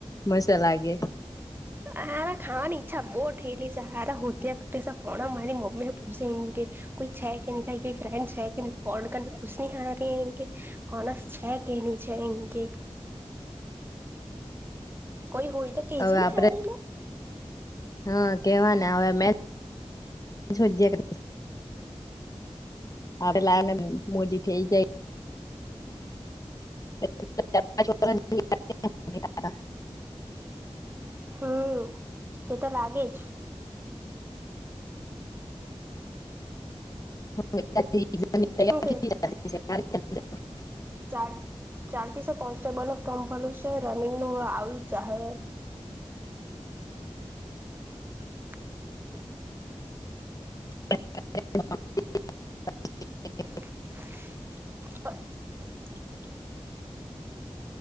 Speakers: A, on the left; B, on the right.
A: મસ્ત લાગે.
B: સારા ખાવાની ઈચ્છા બહુ ઠેલી, સે સારા હો ફોન કરી મારી મમ્મીને પૂછસે કોઈ છે, કે નય તારી કોઈ ફ્રેન્ડ છે, કે નહી ફોન કરને પૂછની હાહરી એને કઈ ઓનર્સ છે. કેની છે, એમ કે કોઈ હોય, તો કે
A: હવે
B: જેને
A: આપડે
B: હાહરીનુ
A: હા, કેવા ને હવે મેલ <unintelligible> આ લાય ને ભાઈ મોડી થઈ જાય. <inaudible>
B: હમમ, તે તો લાગે જ
A: <unintelligible>
B: હું ચાર, ચાર ટીસે કોન્સ્ટેબલ ન ફોર્મ ભર્યું છે, રનિંગનુ હવે આવી જાહે <unintelligible> <inaudible>
A: <unintelligible>
B: <unintelligible>